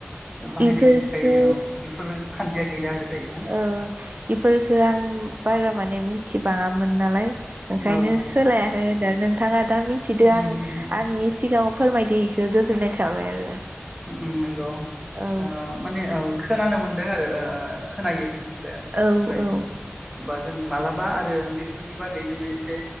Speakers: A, in the centre; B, on the right.
A: बाहायनायनि
B: इफोरखो
A: थाखाय औ बेफोर खान्थिया गैला आरो दायो ना
B: औ इफोरखो आं बारा माने मिनथिबाङा मोन नालाय
A: औ
B: ओंखायनो सोलायाखै दा नोंथाङा दा मिथिदो
A: उम
B: आं
A: उम उम
B: आंनि सिगाङाव फोरमायदो गोजोननाय थाबाय आरो
A: उम नंगौ
B: औ
A: ओ माने औ खोनानो मोन्दों आरो ओ खोनायो जों खुगा
B: औ
A: खुगायो
B: औ
A: होमबा जों माला मा आरो बेफोरनि बागै जोङो एसे